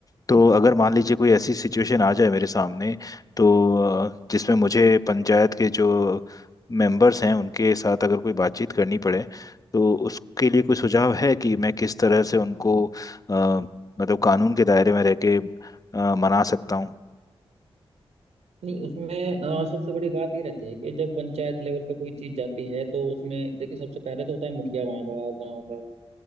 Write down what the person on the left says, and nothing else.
तो अगर मान लीजिए कोई ऐसी सिचुएशन आ जाए मेरे सामने तो अ, जिसमें मुझे पंचायत के जो मेंबर्स हैं उनके साथ अगर कोई बातचीत करनी पड़े तो उसके लिए कोई सुझाव है कि मैं किस तरह से उनको अ, मतलब कानून के दायरे में रह के अ, मना सकता हूँ